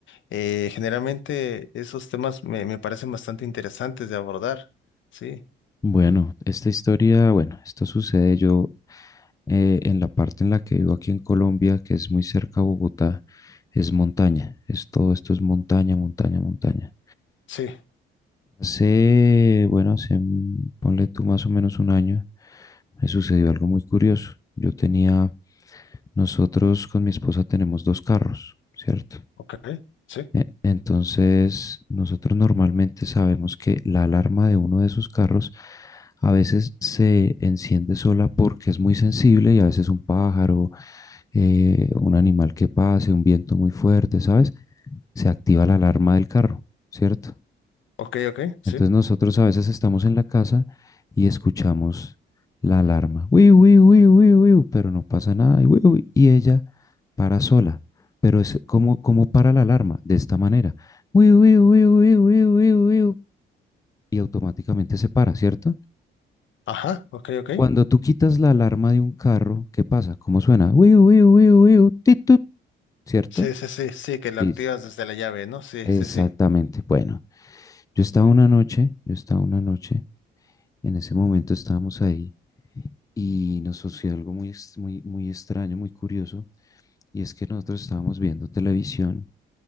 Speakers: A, on the left; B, on the left.
A: eh, generalmente esos temas me, me parecen bastante interesantes de abordar. Sí,
B: Bueno, esta historia, bueno, esto sucede yo eh, en la parte en la que vivo aquí en Colombia, que es muy cerca a Bogotá, es montaña, es todo esto es montaña, montaña, montaña.
A: sí,
B: Hace, bueno, hace, mm, ponle tú más o menos un año, me sucedió algo muy curioso. Yo tenía, nosotros con mi esposa tenemos dos carros, ¿cierto?
A: ok, sí,
B: E- Entonces, nosotros normalmente sabemos que la alarma de uno de esos carros a veces se enciende sola porque es muy sensible y a veces un pájaro, eh, un animal que pase, un viento muy fuerte, ¿sabes? Se activa la alarma del carro, ¿cierto?
A: ok, ok, sí.
B: Entonces nosotros a veces estamos en la casa y escuchamos la alarma, uy uy uy uy uy, pero no pasa nada y, uy uy y ella para sola. Pero es como, como para la alarma, de esta manera, uy uy uy uy uy uy uy y automáticamente se para, ¿cierto?
A: Ajá, ok, ok.
B: Cuando tú quitas la alarma de un carro, ¿qué pasa? ¿Cómo suena? uy uy uy uy tit, tut", ¿cierto?
A: Sí, sí, sí, sí, que lo
B: Y-
A: activas desde la llave, ¿no? Sí,
B: Exactamente.
A: sí, sí.
B: Bueno, yo estaba una noche, yo estaba una noche, en ese momento estábamos ahí y nos sucedió algo muy, ex- muy, muy extraño, muy curioso, y es que nosotros estábamos viendo televisión